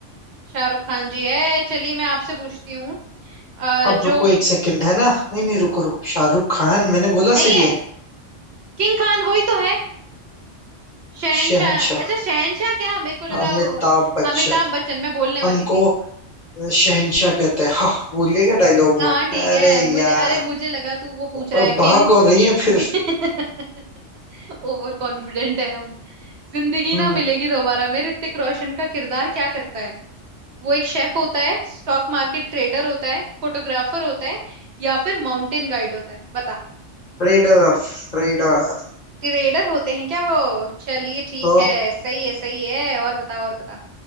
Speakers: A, on the right (about 65°); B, on the left (about 40°).
A: शाहरुख खान जी है चलिए मैं आपसे पूछती हूँ अ,
B: अब
A: जो
B: रुको एक सेकंड है ना नहीं
A: हम्म
B: नहीं
A: हम्म
B: रुको रुको शाहरुख खान मैंने बोला
A: नहीं
B: सही
A: है
B: है
A: किंग खान वही तो है शहनशाह
B: शहनशाह
A: अच्छा शहनशाह क्या मेरे को लगा
B: अमिताभ
A: वो
B: बच्चन
A: अमिताभ बच्चन मैं बोलने वाली
B: हमको
A: थी
B: शहनशाह कहता है हाँ भूल गए क्या डायलॉग
A: हाँ
B: वो
A: ठीक
B: अरे
A: है मुझे
B: यार
A: अरे मुझे लगा तू वो पूछ रहा
B: और
A: है किंग
B: भाग और रही है फिर
A: <laughs> ओवर कॉन्फिडेंट है हम जिंदगी
B: हम्म
A: ना मिलेगी दोबारा में ऋतिक रोशन का किरदार क्या करता है वो एक शेफ होता है स्टॉक मार्केट ट्रेडर होता है फोटोग्राफर होता है या फिर माउंटेन गाइड होता है बता
B: रेडर रेडर
A: ट्रेडर होते हैं क्या वो चलिए ठीक
B: तो
A: है सही है सही है और बता और बता